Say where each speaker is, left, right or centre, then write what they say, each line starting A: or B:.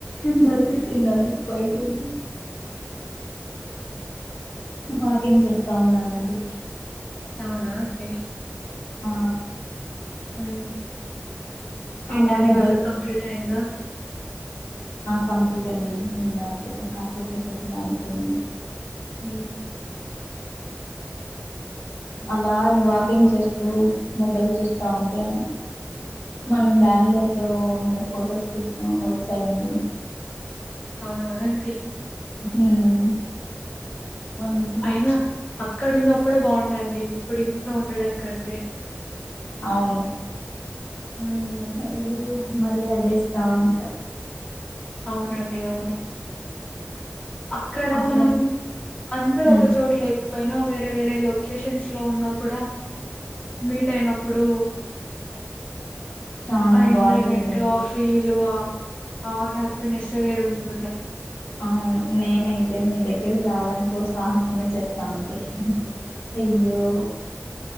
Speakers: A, on the left (about 70°); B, on the left (about 30°).
A: ఇందాకే తిన్నాను పైకి వెళ్ళి వాకింగ్ చేస్తా ఉన్నానండి
B: అవునా అండి
A: ఆ
B: అ ఏంటండి
A: అలా మొబైల్
B: వర్క్ కంప్లీట్ అయ్యిందా
A: కంప్లీట్ అండి ఇందకే కాసేపటి క్రితంగా అయిపోయింది.
B: ఉ
A: అలా వాకింగ్ చేస్తూ మొబైల్ చూస్తా ఉంటే,
B: ఉమ్
A: మనం బెంగుళూరులో ఫొటోస్ తో వచ్చాయండి.
B: అవునా అండి.
A: ఉమ్ బంద
B: అయినా
A: <unintelligible>
B: అక్కడ ఉన్నప్పుడే బాగుండండి ఇప్పుడు ఇంట్లో ఉండడం కంటే
A: అవును
B: ఉమ్
A: అయ్యో మళ్లీ ఆ డేస్ రవీంకా
B: అవునండి అవును అక్కడ
A: అప్పుడు
B: మనం అందరు
A: హ్మ్
B: ఒక చోటు లేకపోయినా వేరే వేరే లొకేషన్స్ లో ఉన్నా కూడా మీట్ అయినప్పుడు.
A: చానా
B: ఆ ఎంజాయ్మెంట్
A: బాగుంటుందండి
B: ఆ ఫీల్. ఆ ఇ నెస్స వేరుంటుండే.
A: అవును నేనైతే మీ దగ్గరికి రావడానికి సాహసమే చేస్తా ఉండి అయ్యో